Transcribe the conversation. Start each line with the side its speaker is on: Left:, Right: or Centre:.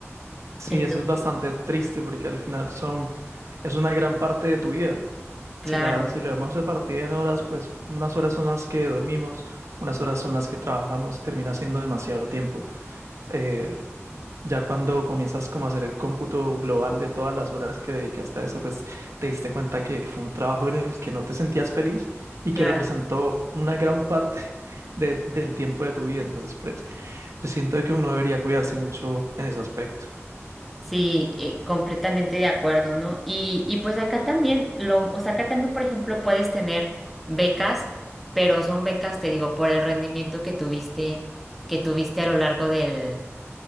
Right: Sí,
Centre: Entonces,
Right: eso es bastante triste porque al final son, es una gran parte de tu vida.
Centre: claro,
Right: Si la, si lo hemos repartido en horas, pues unas horas son las que dormimos, unas horas son las que trabajamos, termina siendo demasiado tiempo. Eh, ya cuando comienzas como a hacer el cómputo global de todas las horas que dedicaste a eso, pues te diste cuenta que fue un trabajo en el que no te sentías feliz y
Centre: claro,
Right: que representó una gran parte <laughs> de- del tiempo de tu vida. Entonces, pues yo siento que uno debería cuidarse mucho en ese aspecto.
Centre: sí, eh, completamente de acuerdo, ¿no? Y, y pues acá también, lo, o sea, acá también, por ejemplo, puedes tener becas, pero son becas, te digo, por el rendimiento que tuviste, que tuviste a lo largo del